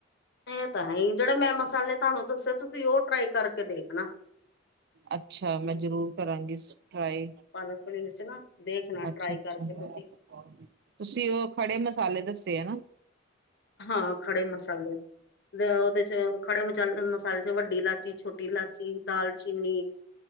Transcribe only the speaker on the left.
ਇਹ ਤਾਂ ਹੈਈ, ਜੇਹੜੇ ਮੈਂ ਮਸਾਲੇ ਤੁਹਾਨੂੰ ਦੱਸੇ ਤੁਸੀਂ ਓ ਟਰਾਈ ਕਰਕੇ ਦੇਖਣਾ।
ਪਾਲਕ-ਪਨੀਰ ਚ ਨਾ ਦੇਖਣਾ
ਟਰਾਈ ਕਰਕੇ ਤੁਸੀਂ
ਹਾਂ ਖੜੇ ਮਸਾਲੇ, ਦੇ ਉਹਦੇ ਚ ਖੜੇ ਮਚਾਲ ਮਸਾਲੇ ਚ ਵੱਡੀ ਇਲਾ ਚੀ, ਛੋਟੀ ਇਲਾਚੀ, ਦਾਲਚੀਨੀ,